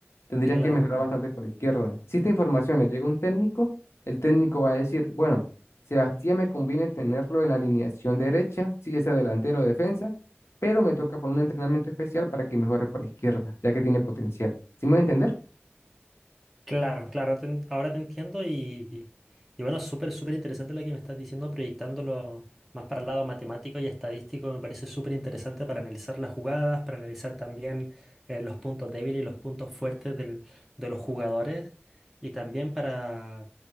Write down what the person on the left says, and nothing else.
tendrías
que mejorar bastante por la izquierda. Si esta información le llega a un técnico, el técnico va a decir, bueno, Sebastián me conviene tenerlo en la alineación derecha, si ya sea delantero o defensa, pero me toca poner un entrenamiento especial para que mejore por la izquierda, ya que tiene potencial. ¿Sí me voy a entender?